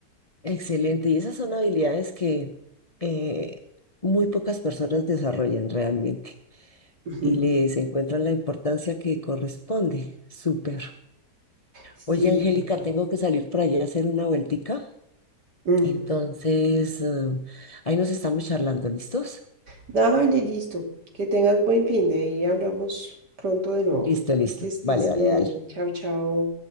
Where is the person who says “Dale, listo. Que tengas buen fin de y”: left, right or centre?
Right